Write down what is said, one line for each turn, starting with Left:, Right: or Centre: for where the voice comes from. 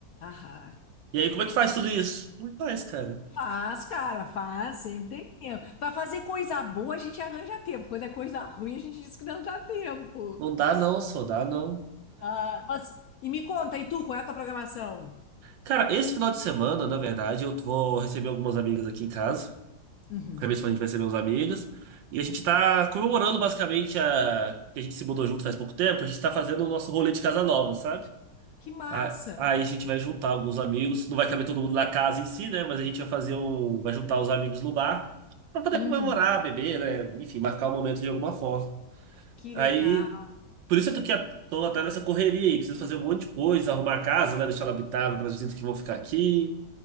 Left: Aham,
Right: E
Left: aham.
Right: aí, como é que faz tudo isso? Não faz, cara.
Left: Faz, cara, faz, sempre tem tempo. Pra fazer coisa boa, a gente arranja tempo. Quando é coisa ruim, a gente diz que não dá tempo.
Right: Não dá não, só dá não.
Left: Ah, mas, e me conta, e tu, qual é a tua programação?
Right: Cara, esse final de semana, na verdade, eu vou receber algumas amigas aqui em casa.
Left: Uhum.
Right: Acabei de falar, a gente vai ser meus amigos. E a gente tá comemorando basicamente a... que a gente se mudou junto faz pouco tempo. A gente tá fazendo o nosso rolê de casa nova, sabe?
Left: Que massa!
Right: A- Aí a gente vai juntar alguns amigos. Não vai caber todo mundo na casa em si, né? Mas a gente vai fazer um. Vai juntar os amigos no bar pra poder
Left: Uhum.
Right: comemorar, beber, né? Enfim, marcar o momento de alguma forma.
Left: Que
Right: Aí.
Left: legal,
Right: Por isso eu tô aqui, tô até nessa correria aí. Preciso fazer um monte de coisa, arrumar a casa, né? Deixar ela habitável para as visitas que vão ficar aqui.